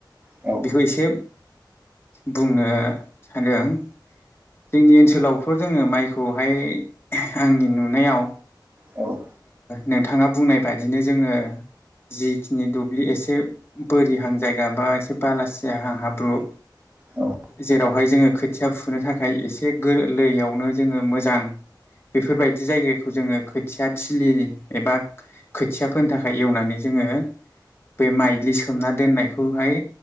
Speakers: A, on the right; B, on the left.
A: औ
B: बेखौ एसे बुंनो सानदों जोंनि ओनसोलावथ' जोङो माइखौहाय आंनि नुनायाव
A: औ
B: नोंथाङा बुंनाय बादिनो जोङो जिखिनि दुब्लि एसे बोरिहां जायगा बा एसे बालासिया हा हाब्रु
A: औ
B: जेरावहाय जोङो खोथिया फुनो थाखाय एसे गोरलैयावनो जोङो मोजां बेफोरबायदि जायगाखौ जोङो खोथिया थिलि एबा खोथिया फोनो थाखाय एवनानै जोङो बे माइलि सोमना दोननायखौहाय